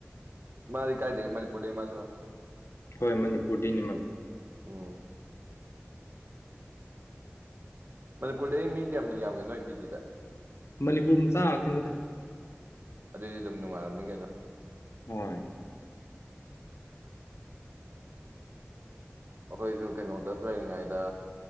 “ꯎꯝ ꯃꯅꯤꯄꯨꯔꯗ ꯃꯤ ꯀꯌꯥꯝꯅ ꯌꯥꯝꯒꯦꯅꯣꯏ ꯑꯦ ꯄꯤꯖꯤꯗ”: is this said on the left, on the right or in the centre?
Right